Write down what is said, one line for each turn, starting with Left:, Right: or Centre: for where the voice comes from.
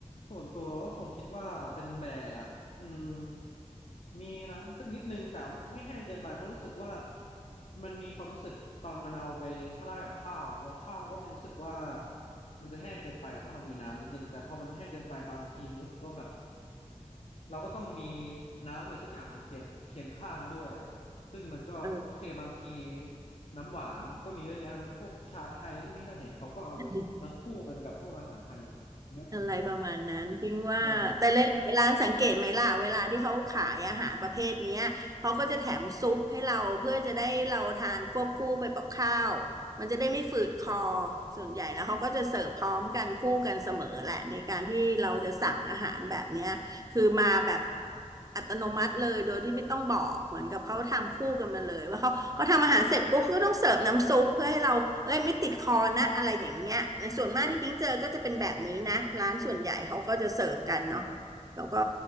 Left: ส่วนตัวก็คงคิดว่าเป็นแบบอืมมีน้ำสักนิดนึงแต่ไม่ไม่แห้งเกินไปเพราะรู้สึกว่ามันมีความรู้สึกตอนมันเอาไปราดกับข้าวอะแล้วข้าวก็ไม่รู้สึกว่ามันจะแห้งเกินไปถ้ามันมีน้ำนิดนึงแต่พอมันแห้งเกินไปบางทีมันรู้สึกว่าแบบเราก็ต้องมีน้ำอะไรสักอย่างมาเคียงเคียงข้างด้วยซึ่งมันก็โอเคบางที
Right: เอ
Left: น้ำหวานก็มีเยอะแยะเนอะไอ้พวกชาไทยนู่นนี่นั่นเห็นเขาก็เอามาคู่กันกับพวกอาหารไทยเยอะดีเหมือนกัน
Right: อ อะไรประมาณนั้นพิงว่าแต่หลายๆร้านสังเกตไหมล่ะเวลาที่เขาขายอาหารประเภทเนี้ยเขาก็จะแถมซุปให้เราเพื่อจะได้เราทานควบคู่ไปกับข้าวมันจะได้ไม่ฝืดคอ
Left: ใช่
Right: ส่วนใหญ่แล้วเขาก็จะเสิร์ฟพร้อมกันคู่กันเสมอแหละในการที่เราจะสั่งอาหารแบบเนี้ย คือมาแบบอัตโนมัติเลยโดยที่ไม่ต้องบอกเหมือนกับเขาทำคู่กันมาเลยว่าเขาเขาทำอาหารเสร็จปุ๊บก็ต้องเสิร์ฟน้ำซุปเพื่อให้เราเอ้ยไม่ติดคอนะอะไรอย่างเงี้ยในส่วนมากที่ปิ๊งเจอก็จะเป็นแบบนี้นะร้านส่วนใหญ่เขาก็จะเสิร์ฟกันเนาะแล้วก็